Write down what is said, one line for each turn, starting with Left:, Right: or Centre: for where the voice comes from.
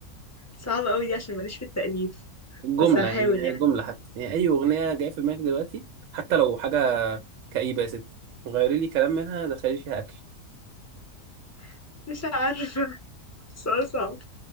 Left: صعب قوي دي عشان ماليش في التأليف
Right: الجمله
Left: بس هحاول
Right: يعني
Left: يعني
Right: الجمله حتى يعني اي اغنيه جايه في دماغك دلوقتي حتى لو حاجه كئيبه يا ستي غيري لي كلام منها دخلي لي فيها اكل
Left: <laughs> مش عارفة سؤال صعب